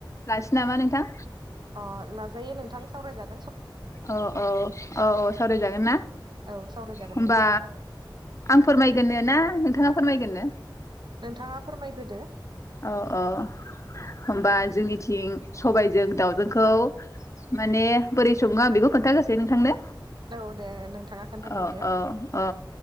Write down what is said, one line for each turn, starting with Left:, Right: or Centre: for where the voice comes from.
Left: लासै नामा नोंथां?
Right: अ लाजायो नोंथां। सावरायजोन।
Left: औ औ औ औ सावरायजागोन ना?
Right: औ सावरायजागोन
Left: होनबा
Right: नोंथां सावराय
Left: आं फोरमायगोननो ना नोंथाङा फोरमायगोरनो?
Right: नोंथाङा फोरमायग्रोदो।
Left: औ औ होनबा जोंनिथिं सबायजों दाावजोंखौ माने बोरै सङो आं बेखौ खोन्थागोसै नोंथांनो।
Right: औ दे नोंथाङा खोन्थाग्रोदो
Left: ओ ओ ओ